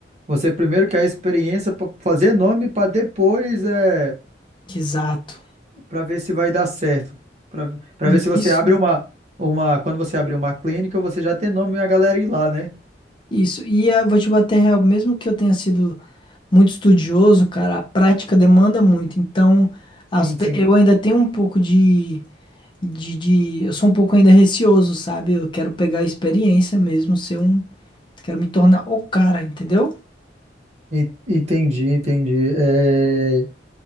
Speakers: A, on the right (about 40°); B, on the left (about 25°).
A: Você primeiro quer a experiência para fazer nome para depois é
B: Exato.
A: para ver se vai dar certo. Para para
B: Isso,
A: ver se você abre uma uma quando você abrir uma clínica, você já tem nome e a galera ir lá, né?
B: isso. E eu vou te bater real, mesmo que eu tenha sido muito estudioso, cara, a prática demanda muito. Então, as
A: Sim,
B: pe-
A: sim.
B: eu ainda tenho um pouco de de, de- Eu sou um pouco ainda receoso, sabe? Eu quero pegar a experiência mesmo, ser um. Quero me tornar o cara, entendeu?
A: En- Entendi, entendi. É,